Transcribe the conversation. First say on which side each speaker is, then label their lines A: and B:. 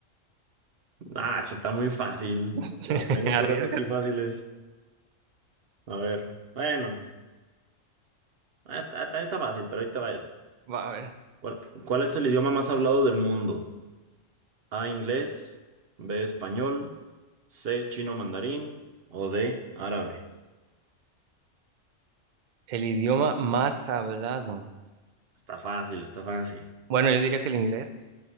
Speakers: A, on the right (about 55°); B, on the right (about 75°).
A: Ah, eso está muy fácil.
B: <laughs>
A: Ah, Tengo
B: Arriesga.
A: puras aquí fáciles. A ver, bueno, ah, está, está- está fácil, pero ahí te va esta.
B: Va a ver,
A: ¿Cuál, cuál es el idioma más hablado del mundo? A, inglés, B, español, C, chino mandarín o D, árabe.
B: el idioma más hablado.
A: Está fácil, está fácil.
B: Bueno, yo diría que el inglés,